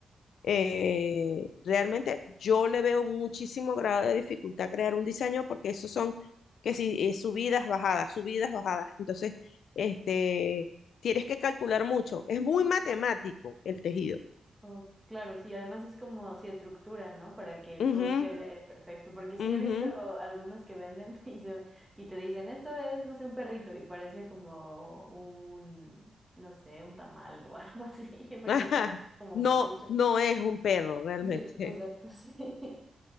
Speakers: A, on the left (about 80°); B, in the centre.
A: eh, realmente yo le veo muchísimo grado de dificultad a crear un diseño porque esos son, que si eh, subidas, bajadas, subidas, bajadas. Entonces, este, tienes que calcular mucho. Es muy matemático el tejido.
B: Oh, claro, sí, además es como, sí, estructura, ¿no? Para que todo
A: Ujú,
B: quede perfecto, porque sí
A: ujú.
B: he visto algunos que venden <laughs> y, se- y te dicen, esto es, no sé, un perrito y parece como un, no sé, un tamal o <laughs> algo así,
A: <laughs>
B: porque
A: Ajá.
B: están como
A: No,
B: mal hechos.
A: no es un perro realmente.
B: Sí, exacto, sí. <laughs>